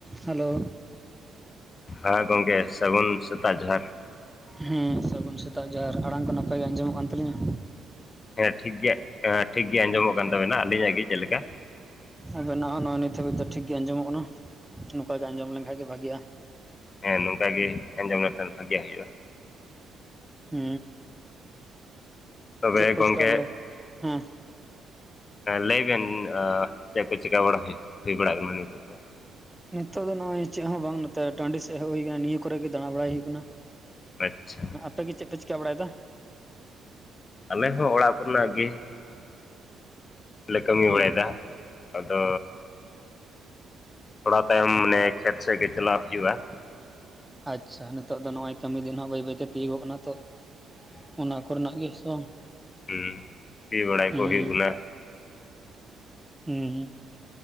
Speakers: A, in the centre; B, on the left.
A: Hello
B: ᱦᱮᱸ ᱜᱚᱢᱠᱮ ᱥᱟᱹᱜᱩᱱ ᱥᱮᱛᱟᱜ ᱡᱚᱦᱟᱨ
A: ᱦᱩ ᱥᱟᱹᱜᱩᱱ ᱥᱮᱛᱟᱜ ᱡᱟᱦᱮᱟᱨ ᱟᱲᱟᱝ ᱠᱚ ᱱᱟᱯᱟᱭ ᱜᱮ ᱟᱸᱡᱚᱢᱚᱜ ᱠᱟᱱ ᱛᱟᱹᱞᱤᱧᱟ
B: ᱦᱮᱸ ᱴᱷᱤᱠ ᱜᱮ ᱦᱮᱸ ᱴᱷᱤᱠ ᱜᱮ ᱟᱸᱡᱚᱢᱚᱜ ᱠᱟᱱ ᱛᱟᱵᱮᱱᱟ ᱟᱹᱞᱤᱧᱟᱜ ᱜᱮ ᱪᱮᱫ ᱞᱮᱠᱟ
A: ᱟᱵᱮᱱᱟᱜᱜ ᱱᱚᱣᱟ ᱱᱤᱛᱜ ᱫᱚ ᱴᱷᱤᱠ ᱜᱮᱮ ᱟᱸᱡᱚᱢᱚᱜ ᱠᱟᱱᱟ ᱱᱚᱝᱠᱟ ᱜᱮ ᱟᱸᱡᱚᱢ ᱞᱮᱱᱠᱷᱟᱱᱡ ᱜᱮ ᱵᱷᱟᱹᱜᱤᱼᱭᱟ
B: ᱦᱮᱸ ᱱᱚᱝᱠᱟ ᱜᱮ ᱟᱸᱡᱚᱢ ᱞᱮᱱᱠᱷᱟᱱ ᱵᱷᱟᱜᱮ ᱦᱩᱭᱩᱜᱼᱟ
A: ᱦᱩ
B: ᱛᱚᱵᱮ
A: ᱠᱚ
B: ᱜᱚᱢᱠᱮ
A: ᱪᱤᱠᱟ ᱵᱟᱲᱟᱭ ᱦᱮᱸ
B: ᱞᱟᱹᱭ ᱵᱮᱱ ᱪᱮᱫ ᱠᱚ ᱪᱤᱠᱟ ᱵᱟᱲᱟ ᱦᱩᱭᱩᱜ ᱦᱩᱭᱩᱜ ᱵᱟᱲᱟ ᱠᱟᱱᱟ ᱱᱤᱛᱚᱜ ᱫᱚ
A: ᱱᱤᱛᱚᱜ ᱫᱚ ᱱᱚᱜᱼᱚᱭ ᱪᱮᱫ ᱦᱚᱸ ᱵᱟᱝ ᱱᱚᱛᱮ ᱴᱟᱺᱰᱤ ᱥᱮᱫ ᱦᱮ ᱦᱩᱭ ᱠᱟᱱᱟ ᱱᱤᱭᱟᱹ ᱠᱚᱨᱮᱜ ᱜᱮ ᱫᱟᱬᱟ ᱵᱟᱲᱟᱭ ᱦᱩᱭᱩᱜ ᱠᱟᱱᱟ
B: ᱟᱪᱪᱷᱟ
A: ᱟᱯᱮᱹᱜᱮ ᱪᱮᱫ ᱯᱮ ᱪᱤᱠᱟᱹ ᱵᱟᱲᱟᱭ ᱫᱟ
B: ᱟᱞᱮ ᱦᱚᱸ ᱚᱲᱟᱜ ᱠᱚᱨᱮᱱᱟᱜ ᱜᱮ ᱞᱮ ᱠᱟᱹᱢᱤ
A: ᱦᱮᱸ
B: ᱵᱟᱲᱟᱭᱫᱟ ᱟᱫᱚ ᱛᱷᱚᱲᱟ ᱛᱟᱭᱚᱢ ᱢᱟᱱᱮ ᱠᱷᱮᱛ ᱥᱮᱫ ᱜᱮ ᱪᱟᱞᱟᱣ ᱦᱩᱭᱩᱜᱼᱟ
A: ᱟᱪᱪᱷᱟ ᱱᱤᱛᱚᱜ ᱫᱚ ᱱᱚᱜ ᱚᱚᱭ ᱠᱟᱹᱢᱤ ᱫᱤᱱ ᱦᱚ ᱵᱟᱹᱭ ᱵᱟᱹᱭᱛᱮ ᱛᱤᱭᱳᱜᱚᱜ ᱠᱟᱱᱟ ᱛᱚ ᱚᱱᱟ ᱠᱚᱨᱮᱱᱟᱜ ᱜᱮ <unintelligible>
B: ᱦᱩ ᱥᱤ ᱵᱟᱲᱟᱭ
A: ᱦᱩᱸ
B: ᱠᱚ ᱦᱩᱭᱩᱜᱚ ᱠᱟᱱᱟ
A: ᱦᱩᱸ